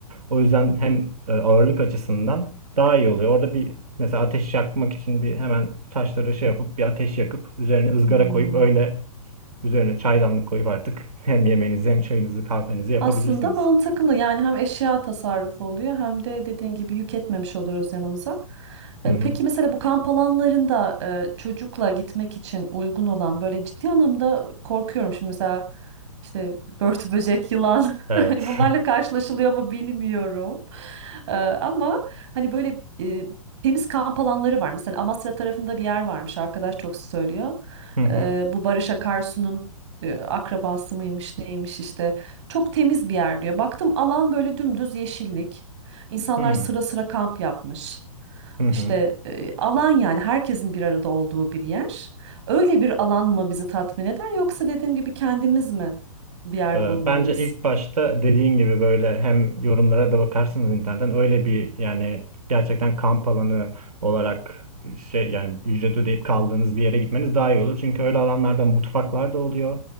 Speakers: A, on the right; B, on the right.
A: O yüzden hem e, ağırlık açısından daha iyi oluyor. Orada bir mesela ateş yakmak için bir hemen taşları şey yapıp bir ateş yakıp üzerine ızgara
B: Hmm.
A: koyup öyle üzerine çaydanlık koyup artık <laughs> hem yemeğinizi hem çayınızı kahvenizi yapabilirsiniz.
B: Aslında mantıklı yani hem eşya tasarrufu oluyor hem de dediğin gibi yük etmemiş oluyoruz yanımıza. E,
A: Hı hı.
B: Peki mesela bu kamp alanlarında e, çocukla gitmek için uygun olan böyle ciddi anlamda korkuyorum şimdi mesela işte börtü böcek, yılan
A: Evet.
B: <laughs> hani bunlarla karşılaşılıyor mu bilmiyorum. E, Ama hani böyle e, temiz kamp alanları var. Mesela Amasra tarafında bir yer varmış arkadaş çok söylüyor.
A: <laughs> Hı hı.
B: E, Bu Barış Akarsu'nun e, akrabası mıymış neymiş işte çok temiz bir yer diyor. Baktım alan böyle dümdüz yeşillik. İnsanlar
A: Hı hı.
B: sıra sıra kamp yapmış.
A: Hı hı.
B: İşte e, alan yani herkesin bir arada olduğu bir yer. Öyle bir alan mı bizi tatmin eder yoksa dediğim gibi kendimiz mi bir yer
A: Ee,
B: bulmalıyız?
A: Bence ilk başta dediğin gibi böyle hem yorumlara da bakarsınız internetten öyle bir yani gerçekten kamp alanı olarak şey yani ücret ödeyip kaldığınız bir yere gitmeniz daha iyi olur. Çünkü öyle alanlarda mutfaklar da oluyor.